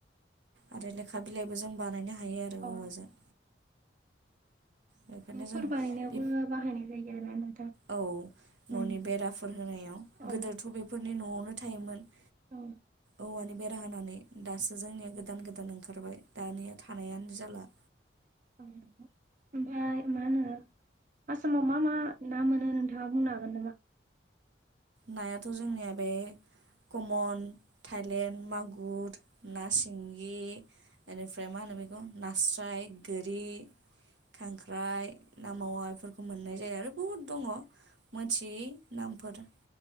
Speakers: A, on the right (about 80°); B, on the right (about 45°).
A: आरो लो <unintelligible> बिलाइबो जों बानायनो हायो आरो
B: अ
A: औवाजों। बेफोरनो
B: नफोर
A: जों
B: बानायनायावबो बाहायनाय जायो आरोना नोंथां।
A: औ
B: उम
A: ननि बेराफोर होनायाव
B: औ
A: गोदोथ बेफोरनि नआवनो थायोमोन।
B: औ।
A: औवानि बेरा होनानै दासो जोंनिया गोदान गोदान ओन ओंखारबाय दानिया थानायानो जाला।
B: औ ओमफाय मा होनो आसामाव मा मा ना मोनो नोंथाङा बुंनो हागोन नामा?
A: नायाथ जोंनिया बे कमन थायलेण्ड मागुर ना सिंगि बेनिफ्राय मा होनो बेखौ नास्राय गोरि खांख्राइ ना मावा बेफोरखौ मोननाय जायो आरो बुहुद दङ मोनथियि नामफोर